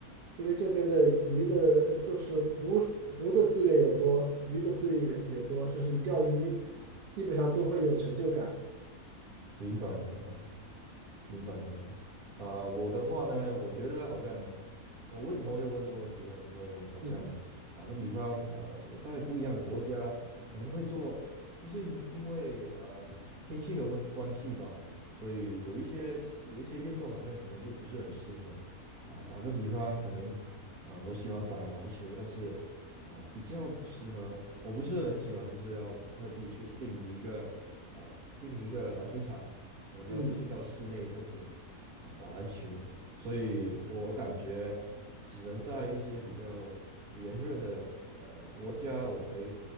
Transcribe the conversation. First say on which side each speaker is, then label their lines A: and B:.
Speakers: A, on the right; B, on the right.
A: 因为这边的鱼的，呃就是湖湖的资源也多，鱼的资源也也多，就是你钓鱼基本上都会有成就感。
B: 明白明白。明白明白。啊、我的话呢，我觉得好像我为什么会问这个问题啊？因为好像打个比方，
A: 嗯
B: 啊，呃我在不一样的国家可能会做，就是因因为呃天气的问关系吧，所以有一些有一些运动好像可能就不是很适合啊、打个比方，可能啊、我喜欢打篮球，但是啊、比较不适合，我不是很喜欢，就是要特地去定一个啊、定一个篮球场。可能要去到室内这样子啊打篮球，
A: 嗯
B: 所以我感觉只能在一些比较炎热的呃国家，我才